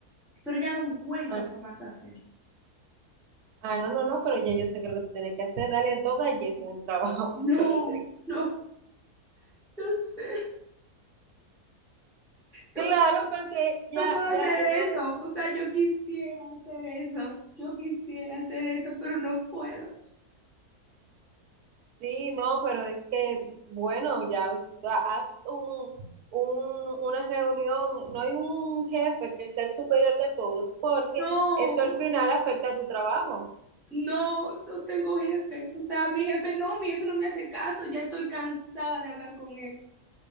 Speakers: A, in the centre; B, on the right.
A: Pero ya no encuentro
B: Ah,
A: qué más hacer.
B: ah, no, no, no, pero ya yo sé que lo que tú tienes que hacer, dale dos galletas en el trabajo,
A: No,
B: <laughs> eso es lo que tú tienes que hacer.
A: no, no sé, no
B: Claro,
A: puedo,
B: porque ya,
A: no puedo hacer
B: ya,
A: eso.
B: entonces.
A: O sea, yo quisiera hacer eso, yo quisiera hacer eso, pero no puedo.
B: Sí, no, pero es que, bueno, ya ha- haz un, un- una reunión, no hay un jefe que sea el superior de todos, porque
A: No.
B: eso al final afecta a tu trabajo.
A: No, no tengo jefe. O sea, mi jefe no, mi jefe no me hace caso, ya estoy cansada de hablar con él.